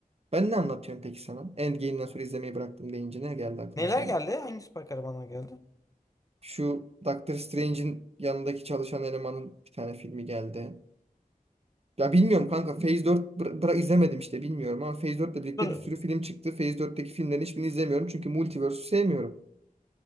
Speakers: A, on the right; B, on the left.
A: Ben ne anlatıyorum peki sana? Endgame'den sonra izlemeyi bıraktım deyince ne geldi aklına
B: Neler
A: senin?
B: geldi? Hangi süper kahramanlar geldi?
A: Şu Doctor Strange'in yanındaki çalışan elemanın bir tane filmi geldi. Ya bilmiyorum kanka Phase 4 bıra bıra- izlemedim işte bilmiyorum ama Phase 4 ile birlikte
B: Dur.
A: bir sürü film çıktı. Phase 4'teki filmlerin hiçbirini izlemiyorum çünkü Multiverse'ü sevmiyorum.